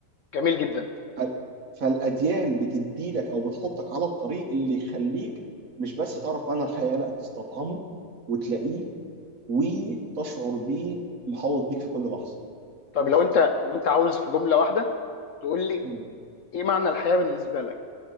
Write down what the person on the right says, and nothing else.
ف- فالأديان بتديلك أو بتحطك على الطريق اللي يخليك مش بس تعرف معنى الحياة لا تستطعمه وتلاقيه وتشعر بيه محوط بيك في كل لحظة
بس
م.